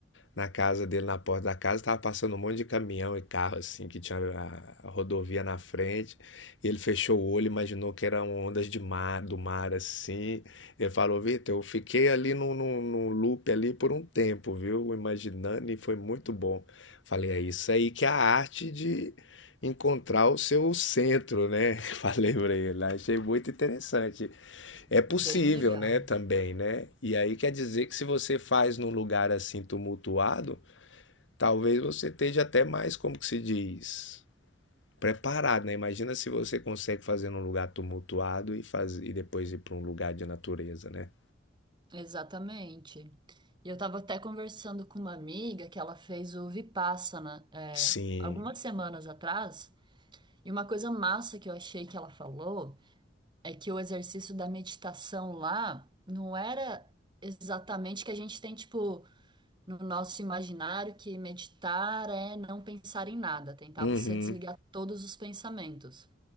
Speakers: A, on the left; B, on the right.
A: na casa dele, na porta da casa, tava passando um monte de caminhão e carro assim, que tinha a a rodovia na frente. E ele fechou o olho, imaginou que eram ondas de mar, do mar assim. Ele falou: Vitor, eu fiquei ali num, num, num loop ali por um tempo, viu? Imaginando e foi muito bom. Falei: é isso aí que é a arte de encontrar o seu centro, né? <laughs> Falei pra ele, achei muito interessante. É possível,
B: Bem legal.
A: né? Também, né? E aí quer dizer que se você faz num lugar assim tumultuado, talvez você esteja até mais, como que se diz, preparado, né? Imagina se você consegue fazer num lugar tumultuado e faz... e depois ir para um lugar de natureza, né?
B: Exatamente. E eu estava até conversando com uma amiga que ela fez o Vipassana, é,
A: Sim.
B: algumas semanas atrás, e uma coisa massa que eu achei que ela falou é que o exercício da meditação lá não era exatamente que a gente tem, tipo, no nosso imaginário que meditar é não pensar em nada, tentar
A: Uhum.
B: você desligar todos os pensamentos.